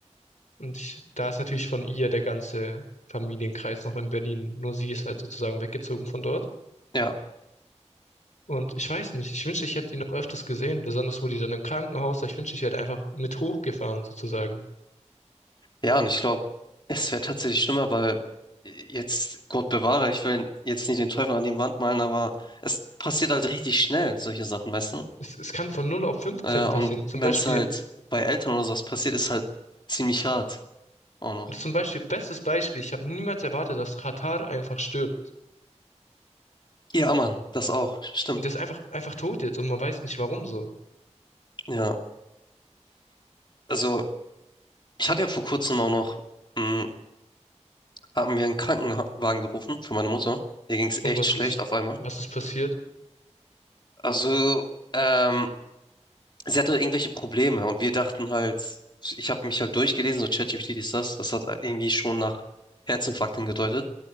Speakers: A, on the left; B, on the left.
A: Und ich, da ist natürlich von ihr der ganze Familienkreis noch in Berlin. Nur sie ist halt sozusagen weggezogen von dort.
B: Ja.
A: Und ich weiß nicht, ich wünschte, ich hätte die noch öfters gesehen, besonders wo die dann im Krankenhaus war. Ich wünschte, ich wäre da einfach mit hochgefahren sozusagen.
B: Ja, und ich glaube, es wäre tatsächlich schlimmer, weil jetzt, Gott bewahre, ich will jetzt nicht den Teufel an die Wand malen, aber es passiert halt richtig schnell, solche Sachen, weißt du?
A: Es, es kann von null auf fünfzehn
B: Äh, und
A: passieren. Zum
B: wenn
A: Beispiel,
B: es halt bei Eltern oder sowas passiert, ist halt ziemlich hart. Auch noch.
A: zum Beispiel, bestes Beispiel, ich habe niemals erwartet, dass Katar einfach stirbt.
B: Ja, Mann, das auch. Stimmt.
A: Und der ist einfach, einfach tot jetzt und man weiß nicht warum so.
B: Ja. Also, ich hatte ja vor kurzem auch noch, mh, haben wir einen Krankenwagen gerufen für meine Mutter. Ihr ging es
A: Irgendwas
B: echt schlecht
A: ist,
B: auf einmal.
A: was ist passiert?
B: Also, ähm, sie hatte irgendwelche Probleme und wir dachten halt, ich habe mich halt durchgelesen, so ChatGPT ist das, das hat irgendwie schon nach Herzinfarkt hingedeutet.